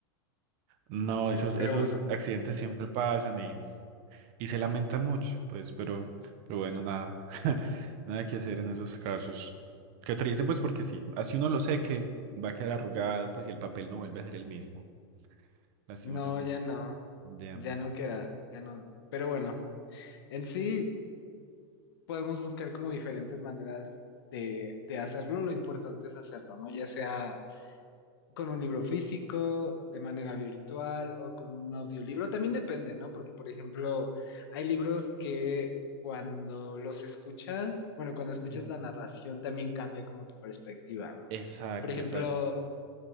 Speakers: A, on the right; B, on the left.
A: No,
B: Sí,
A: esos,
B: pero
A: esos
B: bueno,
A: accidentes siempre pasan Y se lamentan mucho, pues, pero, pero bueno, nada, <laughs> nada que hacer en esos casos. Qué triste, pues, porque sí, así uno lo sé que va a quedar arrugado, pues, y el papel no vuelve a ser el mismo, lastimosamente.
B: no, ya no,
A: Ya.
B: ya no queda, ya no. Pero bueno, en sí podemos buscar como diferentes maneras de, de hacerlo, lo importante es hacerlo, ¿no? Ya sea con un libro físico, de manera virtual o con un audiolibro. También depende, ¿no? Porque, por ejemplo, hay libros que cuando los escuchas, bueno, cuando escuchas
A: Ujú.
B: la narración también cambia como tu perspectiva, ¿no?
A: Exacto,
B: Por ejemplo,
A: exacto.